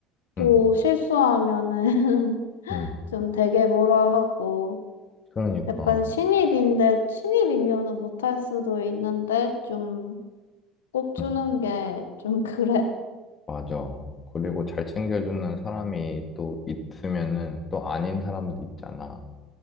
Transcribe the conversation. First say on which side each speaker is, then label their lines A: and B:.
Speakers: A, on the left; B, on the left.
A: 또
B: 음,
A: 실수하면은 <laughs>
B: 음,
A: 좀 되게 뭐라 하고
B: 그러니까,
A: 약간 신입인데 신입이면은 못할 수도 있는데 좀 꼽주는
B: 음,
A: 게 좀 <laughs> 그래.
B: 맞아. 그리고 잘 챙겨주는 사람이 또 있으면은 또 아닌 사람도 있잖아.